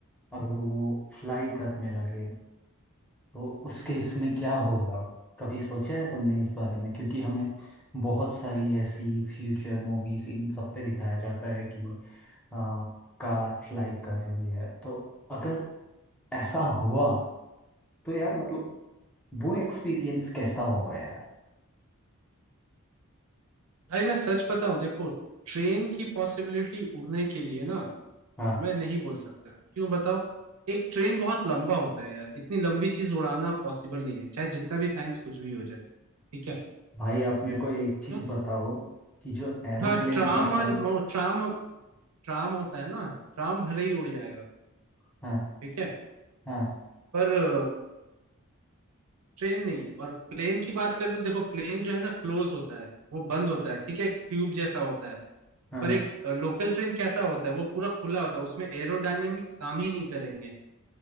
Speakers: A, in the centre; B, on the right (about 80°).
A: अगर वो फ्लाई करने लगे तो उसके इसमें क्या होगा कभी सोचा है तुमने इस बारे में क्योंकि हमें बहुत सारी ऐसी फ्यूचर मूवीज़ इन सब पे दिखाया जाता है कि आ, कार फ्लाई कर रही है तो अगर ऐसा हुआ तो यार मतलब वो एक्सपीरियंस कैसा होगा यार
B: भाई मैं सच बताऊं देखो ट्रेन की पॉसिबिलिटी उड़ने के लिए ना
A: हाँ
B: मैं नहीं बोल सकता क्यों बताओ एक ट्रेन बहुत लंबा होता है यार इतनी लंबी चीज उड़ाना पॉसिबल नहीं है चाहे जितना भी साइंस कुछ भी हो जाए ठीक है
A: भाई आप मेरे को एक चीज
B: तो
A: बताओ कि जो एरोप्लेन
B: हाँ ट्राम
A: का साइज
B: और मो- ट्राम ट्राम होता है ना ट्राम भले ही उड़ जाएगा
A: हाँ
B: ठीक है
A: हाँ
B: पर अ, ट्रेन नहीं और प्लेन की बात करें तो देखो प्लेन जो है ना क्लोज होता है वो बंद होता है ठीक है एक ट्यूब जैसा होता है
A: हाँ
B: पर एक लोकल ट्रेन कैसा होता है वो पूरा खुला होता है उसमें एरोडायनेमिक्स काम ही नहीं करेंगे